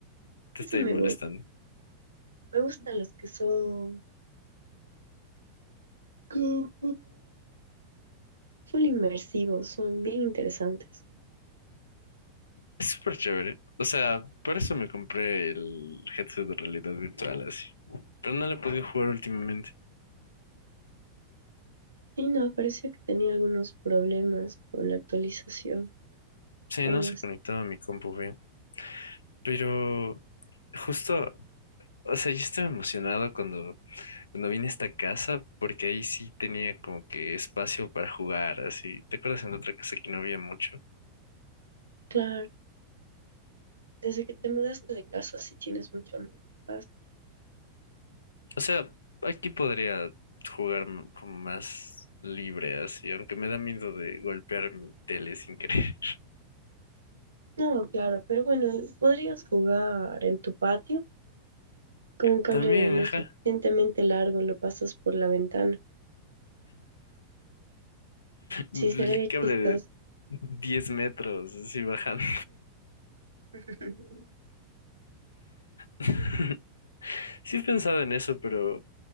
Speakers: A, on the left; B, on the right.
A: Te
B: Ese
A: está ahí
B: me
A: molestando.
B: gusta. Me gustan los que son como full inmersivos, son bien interesantes.
A: Es súper chévere. O sea, por eso me compré el headset de realidad virtual así. Pero no lo he podido jugar últimamente.
B: Y no, parecía que tenía algunos problemas con la actualización,
A: Sí,
B: algo
A: no se
B: así.
A: conectaba a mi compu bien. Pero justo, o sea, yo estaba emocionado cuando, cuando vine a esta casa porque ahí sí tenía como que espacio para jugar así. ¿Te acuerdas en otra casa que no había mucho?
B: Claro, desde que te mudaste de casa sí tienes mucho más paz.
A: O sea, aquí podría jugar m- como más libre así, aunque me da miedo de golpear mi tele sin querer.
B: No, claro, pero bueno, podrías jugar en tu patio con
A: <laughs>
B: un cable
A: También,
B: lo
A: ajá,
B: suficientemente largo, lo pasas por la ventana. Sí,
A: el
B: se vería
A: cable
B: chistoso.
A: de 10 metros así bajando.
B: <laughs>
A: <laughs> Sí he pensado en eso, pero